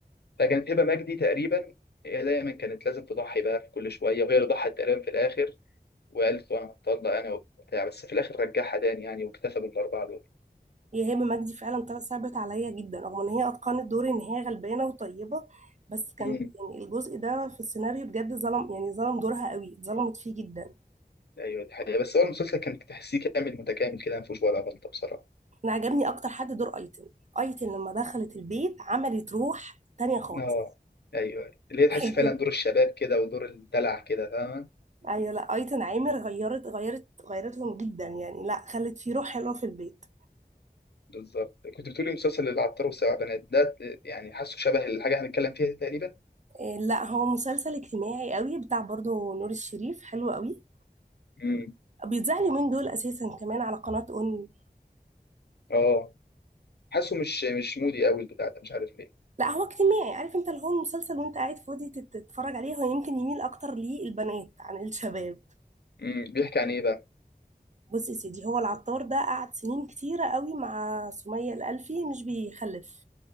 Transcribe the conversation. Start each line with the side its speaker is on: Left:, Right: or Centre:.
Left: فكانت هبه مجدي تقريبا هي دايما كانت لازم تضحي بقى في كل شويه وهي اللي ضحت تقريبا في الاخر وقالت له انا هتطلق انا وبتاع بس في الاخر رجعها تاني يعني واكتفى بالاربعه
Right: هي هبه مجدي فعلا طلعت صعبت عليا جدا رغم ان هي اتقنت دور ان هي غلبانه وطيبه بس كان
Left: دول
Right: يعني الجزء ده في السيناريو بجد ظلم يعني ظلم دورها قوي ظلمت فيه جدا
Left: ايوه دي حقيقة بس هو المسلسل كان تحسيه كامل متكامل كده ما فيهوش ولا غلطة بصراحة
Right: انا عجبني اكتر حد دور ايتن ايتن لما دخلت البيت عملت روح تانية خالص
Left: اه ايوه اللي هي تحس
Right: <laughs> ايتن
Left: فعلا دور الشباب كده ودور الدلع كده فاهمة
Right: ايوه لا ايتن عامر غيرت غيرت غيرتهم جدا يعني لا خلت فيه روح حلوه في البيت
Left: بالظبط كنت بتقولي مسلسل العطار والسبع بنات ده يعني حاسه شبه الحاجة هنتكلم فيها دي تقريبا
Right: إيه، لا هو مسلسل اجتماعي قوي بتاع برضه نور الشريف حلو قوي
Left: امم
Right: بيتذاع اليومين دول اساسا كمان على قناه اون
Left: اه حاسه مش مش مودي قوي البتاع ده مش عارف ليه
Right: لا هو اجتماعي عارف انت اللي هو المسلسل وانت قاعد فاضي تت- تتفرج عليه هو يمكن يميل اكتر للبنات عن الشباب
Left: امم بيحكي عن ايه بقى
Right: بص يا سيدي هو العطار ده قعد سنين كتيرة قوي مع سمية الألفي مش بيخلف